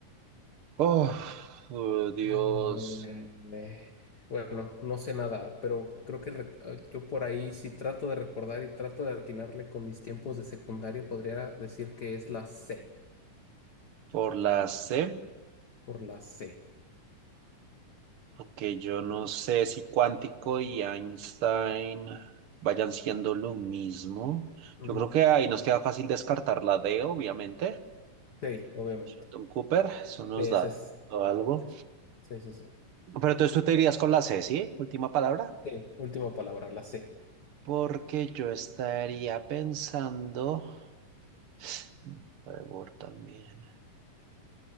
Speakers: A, on the right; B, on the left.
A: Oh, oh, Dios,
B: Mm, Eh, bueno, no sé nada, pero creo que re- ah, yo por ahí, si trato de recordar y trato de atinarle con mis tiempos de secundaria, podría decir que es la C,
A: por la C.
B: por la C.
A: Ok, yo no sé si cuántico y Einstein vayan siendo lo mismo.
B: Ujú.
A: Yo creo que ahí nos queda fácil descartar la D, obviamente.
B: Sí, obviamente.
A: Sheldon Cooper, eso nos
B: Sí, ese
A: da
B: es,
A: algo.
B: es- Sí, sí, sí.
A: Pero entonces tú te irías con la C, ¿sí? Última palabra.
B: Sí, última palabra, la C.
A: Porque yo estaría pensando... <sniffs> Trevor también.